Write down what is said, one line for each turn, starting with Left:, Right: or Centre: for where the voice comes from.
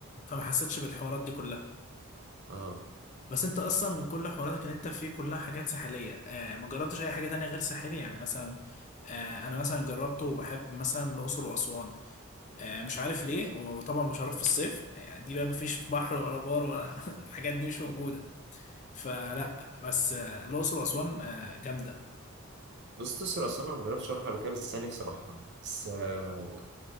Left: فما حسيتش بالحوارات دي كلها
Right: اه
Left: بس انت اصلا من كل حواراتك ان انت فيه كلها حاجات ساحليه آه ما جربتش اي حاجه تانية غير ساحليه يعني مثلا آه انا مثلا جربته وبحب مثلا الاقصر واسوان آه، مش عارف ليه وطبعا مش هروح في الصيف يعني دي بقى مفيش بحر ولا بار ولا <laughs> الحاجات دي مش موجودة فلا بس آه، الأقصر وأسوان آه، جامدة
Right: بص تسرع أصلا أنا ما جربتش أروحها قبل كده بس أنا نفسي أروحها بس آه،